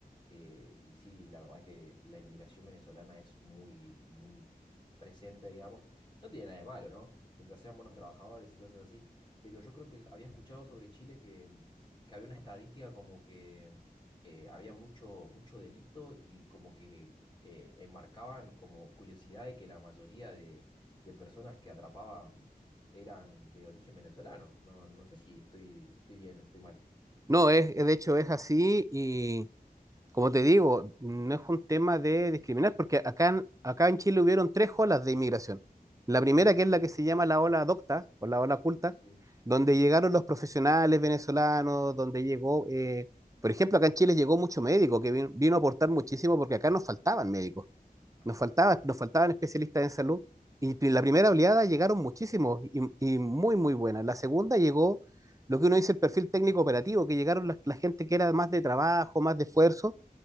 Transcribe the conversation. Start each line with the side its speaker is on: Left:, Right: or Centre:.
Left: eh, y sí, la verdad que la inmigración venezolana es muy, muy presente, digamos, no tiene nada de malo, ¿no? Mientras sean buenos trabajadores y cosas así. Pero yo creo que había escuchado sobre Chile que, que había una estadística como que eh, había mucho, mucho delito y como que eh, enmarcaban como curiosidad de que la mayoría de, de personas que atrapaban eran de origen venezolano. No, no sé si estoy, estoy bien o estoy mal.
Right: No, es, de hecho es así y Como te digo, no es un tema de discriminar, porque acá en, acá en Chile hubieron tres olas de inmigración. La primera,
Left: Ujú,
Right: que es la que se llama la ola docta o la ola culta,
Left: Sí,
Right: donde llegaron los profesionales venezolanos, donde llegó, eh, por ejemplo, acá en Chile llegó mucho médico, que vin- vino, a aportar muchísimo, porque acá nos faltaban médicos, nos
Left: ajá,
Right: faltaba, nos faltaban especialistas en salud, y pri- la primera oleada llegaron muchísimos y, y muy, muy buenas. La segunda llegó lo que uno dice el perfil técnico operativo, que llegaron la, la gente que era más de trabajo, más de esfuerzo,